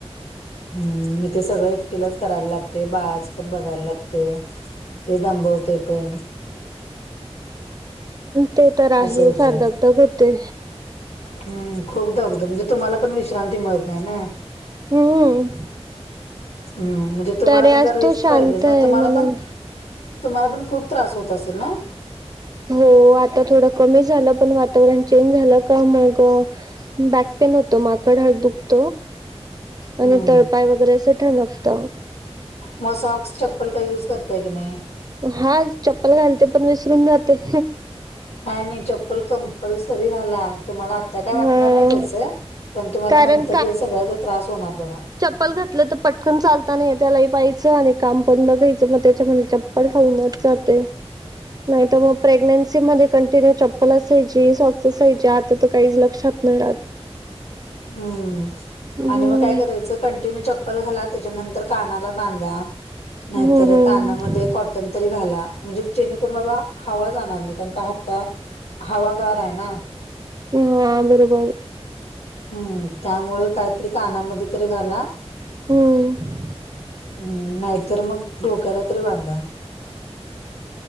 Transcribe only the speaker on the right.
ते तर आहे
फार दगदग होते.
हम्म.
तरी
आज
तो शांत
आहे
म्हणून.
हो आता थोडं कमी झालं पण वातावरण चेंज झालं का मग बॅक पेन होत माकड हाड दुखत.
आणि तळपाय वगैरे अस ठनकत.
हा चप्पल घालते पण विसरून जाते.
हा
कारण
पल घातलं तर पटकन चालता नाही येत त्यालाही पायचं आणि काम पण बघायचं मग त्याच्या मध्ये चप पल राहूनच जातय. नाही तर मग प्रेग्नेन्सी मध्ये कंटिन्यू चप्पल असायची, सॉक्स असायची आता तर काहीच लक्षात नाही रात.
हम्म
हम्म हम्म
हा बरोबर.
हम्म